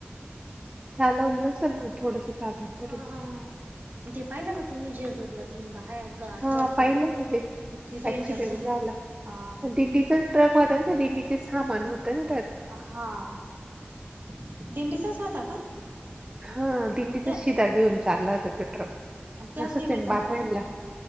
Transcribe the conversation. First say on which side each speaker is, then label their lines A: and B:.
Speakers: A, on the right; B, on the right.
A: चालवलं नसल मग थोडस चालून तर
B: हा
A: दे
B: हा ते पाहिलं का तुम्ही, जेजूरला तीन बायान का
A: हा
B: ट्रक
A: पाहिलं
B: कन
A: ना ते
B: किती डेंजर
A: ऍक्सिडेंट
B: झालं.
A: झाला
B: आ
A: दिंडीचाच ट्रक व्हता ते दिंडीचे सामान होतं ना त्यात.
B: हा दिंडीचाच व्हता का?
A: हा दींडीचाच
B: त्या
A: शिधा घेऊन चालला होता, तो ट्रक
B: त्याच
A: असचं
B: दिंडीचा
A: आहे
B: होता
A: बातम्यानला.
B: का